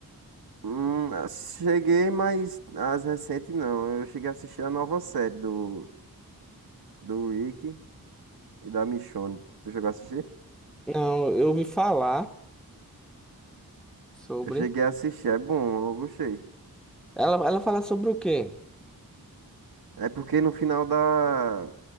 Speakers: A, on the right; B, in the centre.
A: Hum, cheguei, mas as recentes não. Eu cheguei a assistir a nova série do, do Rick e da Michonne. Tu chegou a assistir?
B: Não, eu ouvi falar sobre.
A: Eu cheguei a assistir, é bom, eu gostei.
B: Ela, ela fala sobre o quê?
A: É porque no final da,